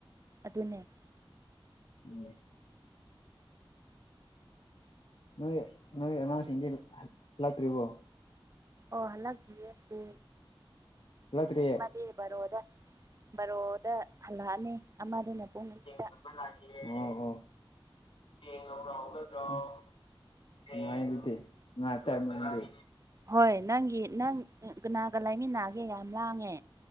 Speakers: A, on the right; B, on the left.
A: ꯑꯗꯨꯅꯦ
B: ꯎꯝ ꯅꯣꯏ ꯅꯣꯏ ꯑꯉꯥꯡꯖꯤꯡꯗꯤ ꯍꯜꯂꯛꯇ꯭ꯔꯤꯕꯣ
A: ꯑꯣꯍꯜꯂꯇ꯭ꯔꯤꯌꯦꯁꯤ
B: ꯍꯜꯂꯛꯇ꯭ꯔꯤꯌꯦ
A: ꯕꯦ ꯕꯔꯣꯗ ꯕꯔꯣꯗ ꯍꯜꯂꯛꯑꯅꯤ ꯑꯃꯗꯨꯅ ꯄꯨꯡ ꯑꯅꯤꯗ
B: ꯑꯣ ꯑꯣ <unintelligible> ꯇꯥꯏ ꯅꯪꯗꯤ
A: ꯍꯣꯏ ꯅꯪꯒꯤ ꯅꯪ ꯀꯅꯥꯒ ꯂꯩꯃꯤꯟꯅꯒꯦ ꯌꯥꯝ ꯂꯥꯡꯉꯦ